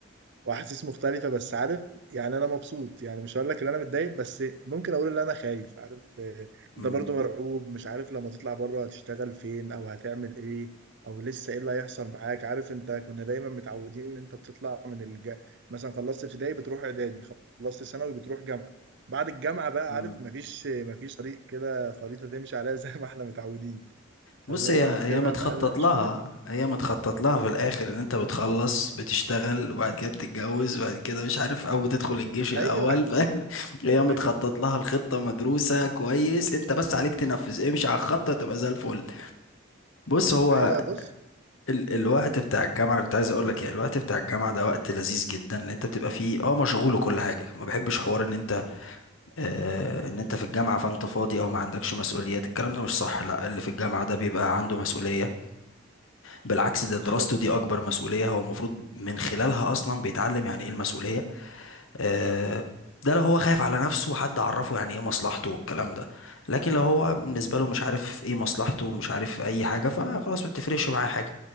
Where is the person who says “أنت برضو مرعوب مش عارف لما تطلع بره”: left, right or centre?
Right